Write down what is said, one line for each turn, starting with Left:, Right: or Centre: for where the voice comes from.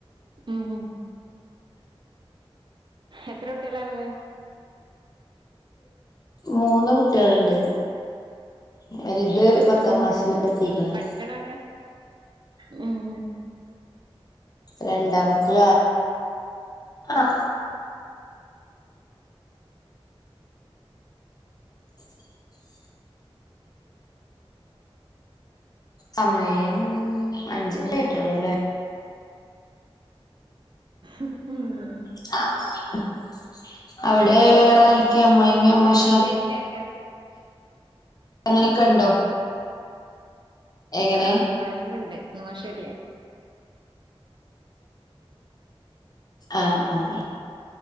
Right: ഏഹ് എത്ര കുട്ട്യാളാ ള്ളേ?
Left: മൂന്ന് കുട്ട്യാൾ ണ്ട്. വൽത് പത്താം
Right: ഉം
Left: ക്ലാസില് എത്തിക്ക്ണ്.
Right: പഠിക്കണോരാ ഉം
Left: രണ്ടാമത്തെ <unintelligible> ആഹ് <unintelligible> സമയം അഞ്ച മിനിട്ട് ആയിട്ടള്ളൂല്ലേ
Right: ഉം
Left: <unintelligible> അവിടെ വേറെരക്കെയ അമ്മയിമ്മയും അമ്മോശക്കിം
Right: ഒരു പത്ത് മിനിറ്റ് ആക്ക
Left: ങ്ങനെയൊക്കെ ഉണ്ടോ എങ്ങനെ
Right: അമ്മയിമ്മണ്ട് അമ്മോശൻല്ല
Left: ആഹ് ആഹ്